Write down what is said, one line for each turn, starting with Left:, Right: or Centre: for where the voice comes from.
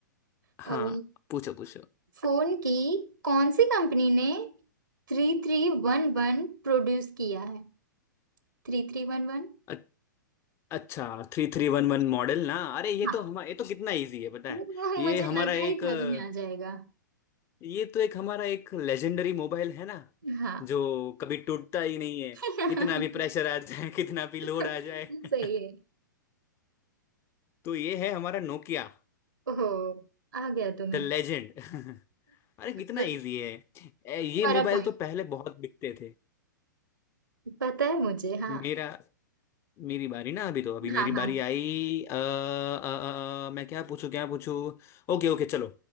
Left: हाँ
Right: अम,
Left: पूछो पूछो
Right: फोन की कौन सी कंपनी ने थ्री थ्री वन वन प्रोड्यूस किया है थ्री थ्री वन वन
Left: अ- अच्छा three three one one model ना अरे ये
Right: हाँ
Left: तो हमारा ये तो कितना इजी है पता
Right: <laughs>
Left: है ये
Right: मुझे
Left: हमारा
Right: लगा ही
Left: एक
Right: था
Left: अ,
Right: तुम्हें आ जाएगा
Left: ये तो एक हमारा एक लेजेंडरी मोबाइल है ना
Right: हाँ
Left: जो कभी टूटता ही नहीं है
Right: <laughs>
Left: कितना भी प्रेशर आ जाए <laughs> कितना भी लोड
Right: सही
Left: आ जाए <laughs>
Right: है
Left: तो ये है हमारा नोकिया
Right: ओह आ गया तुम्हें
Left: द लेजेंड <laughs> अरे कितना
Right: और
Left: इजी है ए, ये
Right: तुम्हारा
Left: मोबाइल
Right: पॉइंट
Left: तो पहले बहुत बिकते थे
Right: पता है मुझे हाँ
Left: मेरा मेरी बारी ना अभी तो अभी मेरी
Right: हाँ
Left: बारी
Right: हाँ
Left: आई अ, अ, अ, मैं क्या पूछूं क्या पूछूं ओके ओके चलो